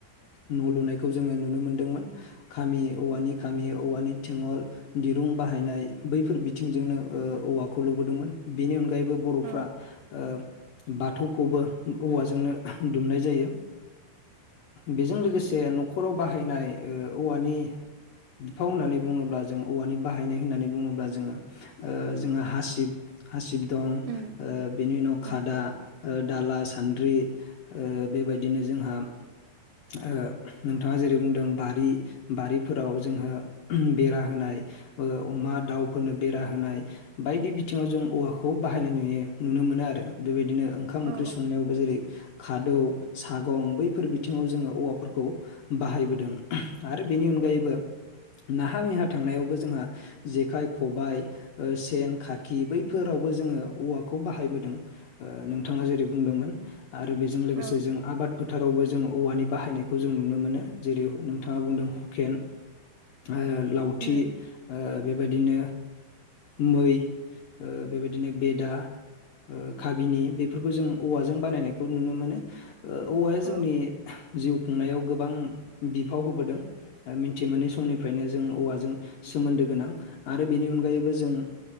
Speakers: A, on the left; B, on the right.
A: न' लुनायखौ जोङो नुनो मोनदोंमोन खामि औवानि खामि औवानि थेङल दिरुं बाहायनाय बैफोर बिथिंजोंनो ओ औवाखौ लुबोदोंमोन बेनि अनगायै बो बर'फ्रा
B: औ
A: ओ बाथौखौबो औवाजोंनो दुमनाय जायो। बेजों लोगोसे न'खराव बाहायनाय ओ औवानि बिफाव होननानै बुङोब्ला जों औवानि बाहायनाय होननानै बुङोब्ला जोङो ओ जोङो हासिब हासिब दं
B: उम
A: ओ बेनि उनाव
B: औ
A: खादा दाला सान्द्रि ओ बेबायदिनो जोंहा ओ नोंथाङा जेरै बुंदों बारि बारिफोराव जोंहा बेरा होनाय बो अमा दाउफोरनो बेरा होनाय बायदि बिथिङाव जों औवाखौ बाहायनाय नुयो नुनो मोनो आरो बेबायदिनो ओंखाम ओंख्रि
B: औ
A: संनायावबो जेरै खादौ सागं बैफोर बिथिङाव जोङो औवाफोरखौ बाहायबोदों आरो बेनि अनगायैबो नाहा मैहा थांनायावबो जोंहा जेखाइ खबाय सेन खाखि बैफोरावबो जोङो औवाखौ बाहायबोदों ओ नोंथाङा जेरै बुंदोंमोन आरो बेजों लोगोसे
B: औ
A: जों आबाद फोथारावबो जों औवानि बाहा यनायखौ जों नुनो मोनो जेरै नोंथाङा बुंदों हुकेन ओ लावथि
B: उम
A: ओ बेबायदिनो मै ओ बेबायदिनो बेदा ओ काबिनि बेफोरखौ जों औवाजों बानायनायखौ नुनो मोनो। ओ औवाया
B: औ
A: जोंनि जिउ खुंनायाव गोबां बिफाव होबोदों मिथि मोनै समनिफ्रायनो जों औवाजों सोमोन्दो गोनां आरो बेनि अनगायैबो जों